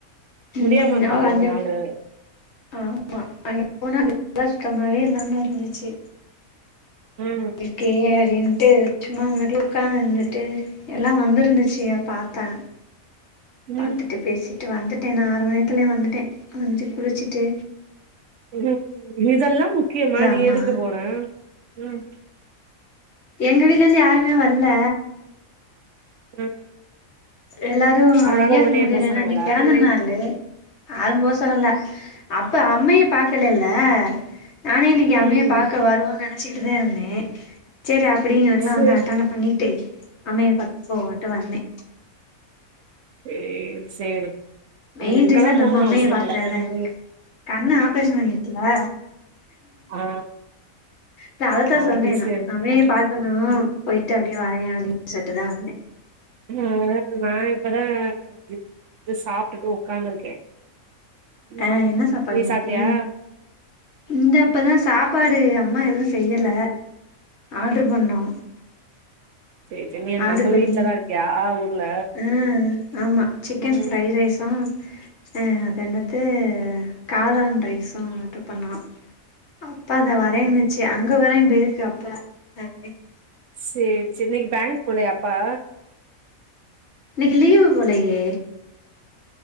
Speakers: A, on the left; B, on the right.
A: ம்
B: முடியாம இருந்தா
A: அவள்
B: கொஞ்ச
A: அங்கே
B: நாளு
A: ஆமா அங்க போனா அதுல்லா சுத்தமாவே இல்லாம இருந்துச்சி
B: ம்
A: இருக்கே அடின்னுட்டு சும்மா அங்கனுக்குல்ல உக்காந்துட்டு எல்லா வந்தருந்துச்சி பாத்தே
B: ம்
A: பாத்துட்டு பேசிட்டு வந்துட்டே நா ஆறு மண நேரத்துல வந்துட்டே வந்துட்டு குளிச்சிட்டு
B: ம் இதெல்லா முக்கியமா நீ
A: அம்மா
B: எதுக்கு போன ம்
A: எங்க வீட்ல இருந்து யாருமேவல்ல
B: ம்
A: எல்லாரு
B: அதனால
A: ஐயாக்கு
B: உடனே
A: முடிலன்னு
B: போ சொன்னாங்களா
A: இன்னிக்கு பெறந்தநாளு யாரு போ சொல்லல அப்ப அம்மைய பாக்கல இல்ல நானே இன்னிக்கு
B: ம்
A: அம்மைய
B: ம்
A: பாக்க
B: ம்
A: வருவோனு நெனச்சிக்கிட்டு தா இருந்தே சேரி அப்பிடிங்கரக்கல்லா
B: சேரி
A: வந்து அட்டன பண்ணிட்டு அம்மைய பாத்து போவோன்ட்டு வந்தே
B: சேர் சேரி
A: மெயின்
B: இதுக்கெல்லா
A: ரீசன்
B: போணுனு
A: நம்ம அம்மைய
B: அவசியம்ல
A: பாக்குறதுதா
B: நீ
A: கண்ணு ஆப்ரேஷன் பண்ணிருக்கில
B: ஆ
A: ட அதத்தா சொன்னே
B: அது
A: நா
B: சேரி
A: ஆம்மைய பாகணு
B: ம்
A: போயிட்டு அப்டியேவரே அப்டின்னு
B: ம்
A: சொல்லிட்டு தா வந்தே
B: ஆ நா இப்பதா ஜிம்ட் சாப்ட்டுட்டு உக்காந்ருக்கே ம்
A: ஆ என்ன சாப்பாடு
B: நீ
A: இன்னைக்கி
B: சாப்டியா
A: இந்த இப்பதா சாப்பாடு அம்மா எதுவு செய்யல ஆட்ர் பண்ணு
B: சேரி சேரி நீ
A: ஆர்டர்
B: நம்ம
A: பண்ணி,
B: வீட்லதா இருக்கியா ஊர்ல
A: ம் ஆமா சிக்கன்
B: ம்
A: ஃப்ரைடு ரைஸ் ஆ ஆ அது என்னது காளான் ரைஸும் ஆர்டரு பண்ணா அப்பா அந்தா வரேன்னுச்சு அங்க வரையு போயிருக்கு அப்பா இந்தா வரே
B: சேரி சேரி இன்னைக்கு பேங்க் போலயா அப்பா
A: இன்னைக்கி லீவ் போலயே